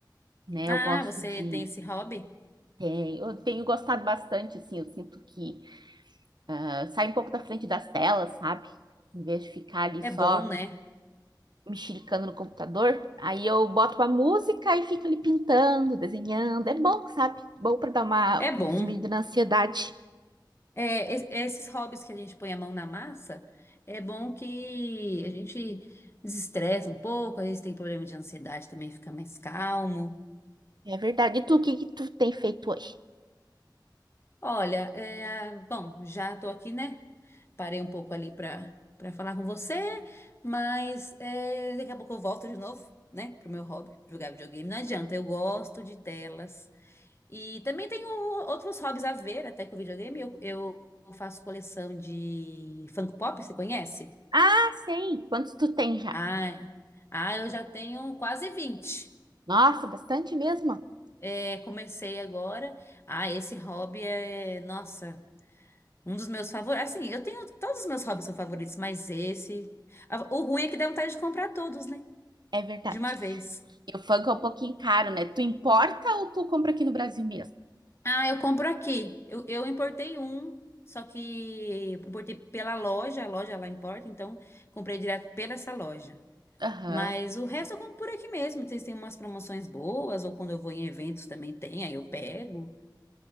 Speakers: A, on the right; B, on the left.
A: né?
B: Ah,
A: Eu gosto
B: você
A: de...
B: tem esse hobby?
A: tem- eu tenho gostado bastante, assim, eu sinto que eh, sai um pouco da frente das telas, sabe? Em vez de ficar ali
B: É
A: só
B: bom, né?
A: mexericando no computador, aí eu boto uma música e fico ali pintando, desenhando. É bom, sabe? Bom para dar uma
B: É bom.
A: diminuída na ansiedade.
B: É, es- esses hobbies que a gente põe a mão na massa, é bom que a gente desestressa um pouco, às vezes tem problema de ansiedade também, fica mais calmo.
A: É verdade. E tu, o que que tu tem feito hoje?
B: Olha, é, ah, bom, já tô aqui, né? Parei um pouco ali para para falar com você, mas é, daqui a pouco eu volto de novo, né, pro meu hobby, jogar videogame. Não adianta, eu gosto de telas. E também tenho outros hobbies a ver, até com o videogame. Eu, eu faço coleção de Funko Pop, você conhece?
A: Ah, sei. Quantos tu tem já?
B: Ai, ah, eu já tenho quase 20.
A: Nossa, bastante mesmo.
B: É, comecei agora. Ah, esse hobby é, nossa, um dos meus favoritos. Assim, eu tenho, todos os meus hobbies são favoritos, mas esse. a- O ruim é que dá vontade de comprar todos, né?
A: É verdade.
B: De uma vez.
A: E o funk é um pouquinho caro, né? Tu importa ou tu compra aqui no Brasil mesmo?
B: Ah, eu compro aqui. Eu, eu importei um, só que importei pela loja, a loja lá importa, então comprei direto pela essa loja.
A: Aham.
B: Mas o resto eu compro por aqui mesmo. Vocês têm umas promoções boas, ou quando eu vou em eventos também tem, aí eu pego.